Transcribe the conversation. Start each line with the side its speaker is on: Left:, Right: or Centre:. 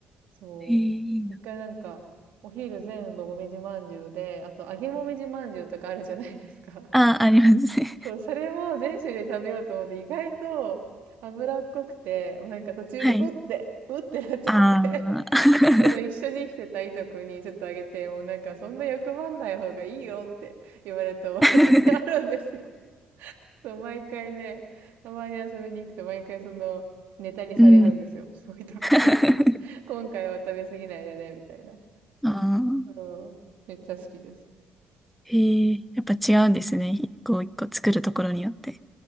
Right: そう。
Centre: えーいいな。
Right: 一回なんか、お昼全部もみじまんじゅうで、あと揚げもみじまんじゅうとかあるじゃないですか。
Centre: <laughs> ああ、ありますね。
Right: そう、それも全種類食べようと思って、意外と脂っこくて、もうなんか途中でうって、
Centre: <laughs> はい。
Right: うってなっちゃって、
Centre: ああ。
Right: <laughs> その一緒に生きてたいとこにちょっとあげて、もうなんかそんな欲張んない方がいいよって言われた覚えてあるんですよ。
Centre: <laughs>
Right: <laughs> そう、毎回ね、たまに遊びに行くと毎回そのネタにされるんですよ。
Centre: うん。
Right: そういうとこに。
Centre: <laughs>
Right: <laughs> 今回は食べ過ぎないでね、みたいな。
Centre: ああ。
Right: うん。めっちゃ好きです。
Centre: えーやっぱ違うんですね。一個一個作るところによって。